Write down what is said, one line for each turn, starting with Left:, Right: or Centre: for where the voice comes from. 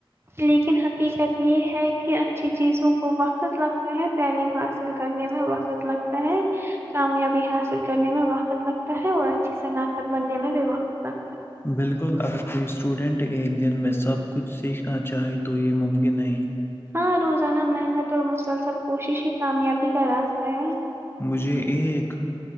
Right: لیکن حقیقت یہ ہے کہ اچھی چیزوں کو وقت لگتا ہے تعلیم حاصل کرنے میں وقت لگتا ہے کامیابی حاصل کرنے میں وقت لگتا ہے اور اچھی شناخت بننے میں بھی وقت لگتا ہے
Left: بالکل اگر کوئی اسٹوڈنٹ ایک دن میں سب کچھ سیکھنا چاہے تو یہ ممکن نہیں
Right: ہاں روزانہ محنت اور مسلسل کوشش ہی کامیابی کا راستہ ہے
Left: مجھے ایک